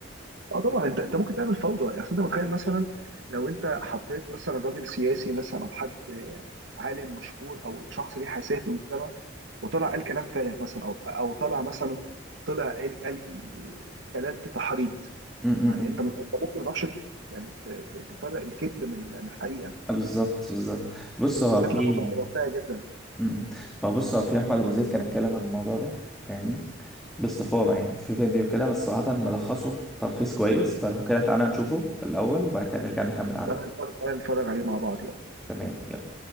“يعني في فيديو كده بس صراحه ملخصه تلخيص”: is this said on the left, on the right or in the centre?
Centre